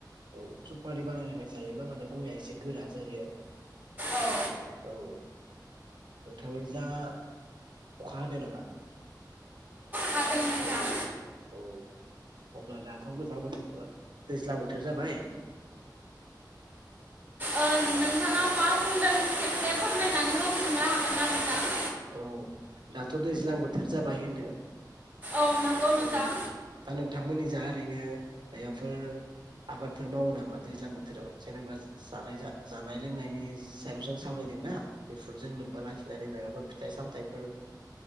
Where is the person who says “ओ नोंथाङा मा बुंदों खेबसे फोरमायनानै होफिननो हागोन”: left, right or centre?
Right